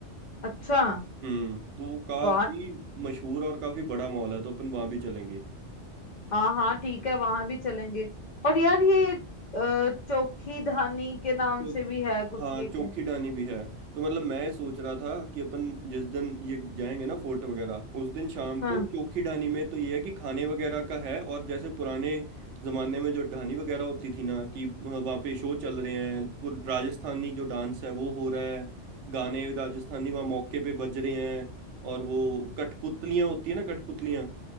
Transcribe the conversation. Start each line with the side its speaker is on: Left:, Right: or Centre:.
Left: अच्छा
Right: हम्म तो वो काफी
Left: तो हाँ
Right: मशहूर और काफी बड़ा मॉल है तो अपन वहां भी चलेंगे
Left: हाँ हाँ ठीक है वहां भी चलेंगे और यार ये अ, चोखी धानी के नाम
Right: तो
Left: से भी है कुछ
Right: हाँ
Left: ये क्या
Right: चोखी डानी भी है तो मतलब मैं सोच रहा था कि अपन जिस दिन ये जाएंगे ना फोर्ट वगैरह उस दिन शाम
Left: हाँ
Right: को चोखी डानी में तो ये है कि खाने वगैरह का है और जैसे पुराने जमाने में जो ढानी वगैरह होती थी ना कि वहाँ पे शो चल रहे हैं पूर- राजस्थानी जो डांस है वो हो रहा है गाने राजस्थानी वहाँ मौके पे बज रहे हैं और वो कठपुतलियाँ होती है ना कठपुतलियाँ